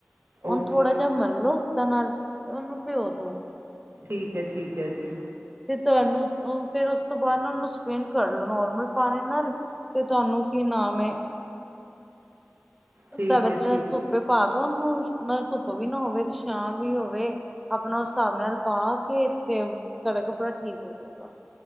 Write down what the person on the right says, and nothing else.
ਓਕੇ
ਠੀਕ ਐ, ਠੀਕ ਐ ਜੀ
ਠੀਕ ਹੈ ਠੀਕ